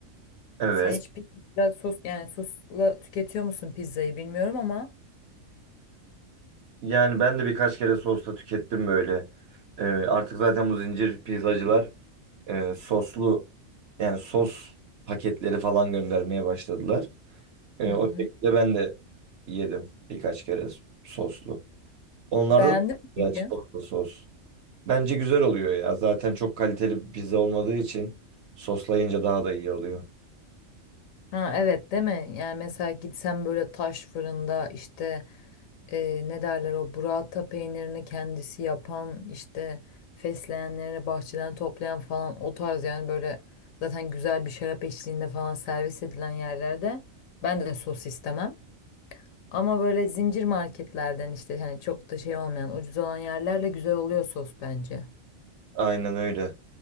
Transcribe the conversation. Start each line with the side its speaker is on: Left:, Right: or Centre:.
Right: Evet.
Left: Sen hiç pizza sos yani sosla tüketiyor musun pizzayı bilmiyorum ama.
Right: Yani ben de birkaç kere sosla tükettim böyle. E, artık zaten bu zincir pizzacılar e, soslu yani sos paketleri falan göndermeye başladılar. E,
Left: Hı
Right: o
Left: hı.
Right: şekilde ben de yedim birkaç kere soslu. Onlarda
Left: Beğendin
Right: da
Left: mi
Right: ya
Left: peki?
Right: çikolatalı sos. Bence güzel oluyor ya. Zaten çok kaliteli bir pizza olmadığı için soslayınca daha da iyi oluyor.
Left: Ha evet değil mi? Yani mesela gitsem böyle taş fırında işte e, ne derler o burrata peynirini kendisi yapan işte fesleğenlerini bahçeden toplayan falan o tarz yani böyle zaten güzel bir şarap eşliğinde falan servis edilen yerlerde ben de sos istemem. Ama böyle zincir marketlerden işte hani çok da şey olmayan ucuz olan yerlerle güzel oluyor sos bence.
Right: Aynen öyle.